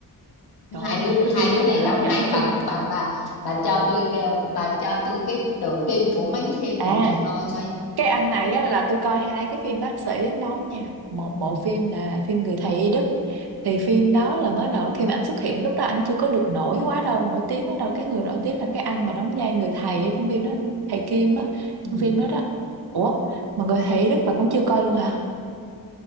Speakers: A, on the right; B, on the left.
A: trời
B: hai
A: ơi,
B: đứa
A: một cái
B: hai
A: phim
B: đứa
A: rất
B: này
A: là
B: đóng
A: hấp dẫn
B: hay bà
A: phim
B: bà bà bà cho tôi ờ, bà cho tôi cái tựa phim của mấy cái phim
A: à
B: này tôi coi coi
A: cái anh này á, là tôi coi hai cái phim bác sĩ anh đóng nha một
B: ừ.
A: bộ phim là phim người thầy y đức thì phim đó là mới đầu khi mà anh xuất hiện lúc đó anh chưa có được nổi quá đâu nổi tiếng quá đâu cái người nổi tiếng là cái anh mà đóng vai người thầy ở trong phim đó thầy Kim á
B: Ừ.
A: trong phim đó đó ủa mà người thầy Đức bà cũng chưa coi luôn hả